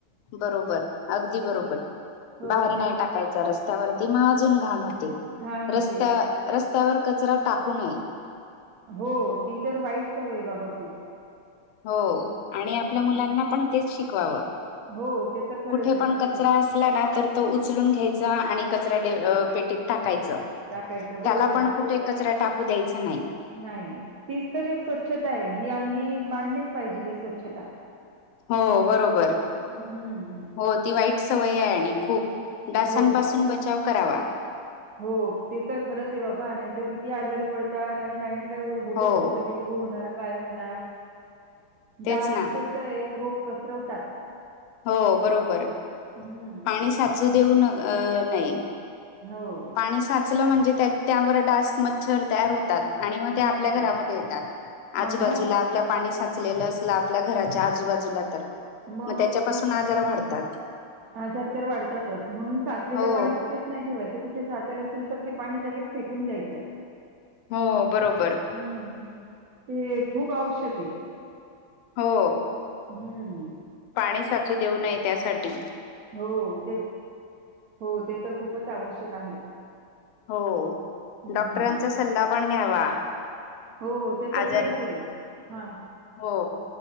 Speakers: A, on the left (about 85°); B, on the right (about 80°).
A: बरोबर अगदी बरोबर
B: हो,
A: बाहेर नाही टाकायचा रस्त त्यावरती मग अजून घाण होते
B: घाण होते.
A: रस्त्य
B: आ
A: रस्त्यावर कचरा टाकू नये.
B: हो ती तर वाईट सवय आहे बाबा खूप.
A: हों आणि आपल्या मुलांना
B: हम्म.
A: पण तेच शिकवावं
B: हो ते तर खरंच
A: कुठे
B: आहे
A: पण
B: नक्की
A: कचरा अस ला ना तर तो उचलून घ्यायचा आणि कचऱ्या डे अ पेटीत टाकायचं.
B: टाकायचं बरोबर.
A: त्याला पण कुठे कचरा टाकू द्यायचा नायी.
B: नायी तीच तर एक स्वच्छतायं ही अंगी मांडलीच पाहिजे ही स्वच्छता.
A: हों बरोबर.
B: हम्म
A: हों ती सवययं आणि खूप डासांपासून
B: हो.
A: बचाव करावा.
B: हो ते तर खरंचयं बाबा नाहीतर किती आजारी पडतात आणि काही ना काय होतच
A: हो
B: असते डेंगू होणार काय होणार
A: तेच
B: डासच
A: ना
B: कसंय रोग पसरवतात.
A: हों बरोबर
B: हं.
A: पाणी साचू देऊ न नये.
B: हों.
A: पाणी साचलं म्हणजे त्या त्यावंर डास मच्छर तयार होतात आणि मग ते आपल्या
B: हो.
A: घरामध्ये येतात
B: हां,
A: आजूबाजूला
B: मग
A: आपल्या पाणी साचलेलं असलं आपल्या घराच्या आजूबाजूला तर.
B: मग.
A: तेच्या पाासून
B: खूप
A: आजार वाढतात.
B: आजार तर वाढतातच म्हणून साचलेलं
A: हो
B: पाणी कुठेचं नाय ठेवायचं. तर कुठे साचेअल असेल तर ते पाणी लगेच फेकून द्यायचं.
A: हों बरोबर.
B: हुं ते खूप आवश्यकयं.
A: हों.
B: हुं.
A: पाणी साचू देऊ नये त्यासाठी.
B: हों ते हों ते तर खूपच आवश्यक आहे.
A: हों
B: हं.
A: डॉक्टरांचा सल्ला पण घ्यावा.
B: हों ते तर
A: आजारी
B: खरंचयं हां
A: हो